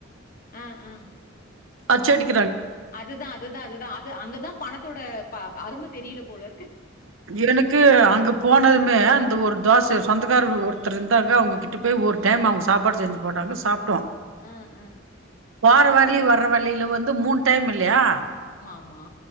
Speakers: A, on the left (about 45°); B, on the right (about 80°).
A: ஆ ஆ
B: அச்சோடிக்
A: அதுதா அதுதா அதுதா அது அங்கதான் பணத்தோட அ அரும தெரியல போல இருக்கு.
B: இவுனுக்கு அங்க போனது மே அந்த ஒரு தோச சொந்தக்காரர் ஒருத்தர் இருந்தாங்க அவுங்க கிட்ட போய் ஒரு டைம் அவுங்க சாப்பாடு செஞ்சு போட்டாங்க சாப்டோம்
A: ஆ ஆ
B: வார வழி வர வழியில வந்து மூணு டைம் இல்லையா
A: மா